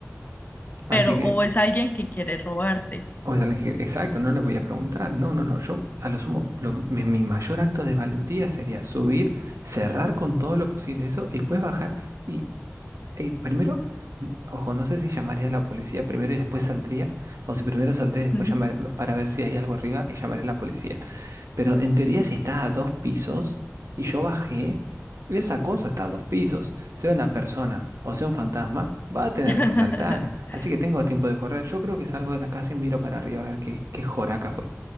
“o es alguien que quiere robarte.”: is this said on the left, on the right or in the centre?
Left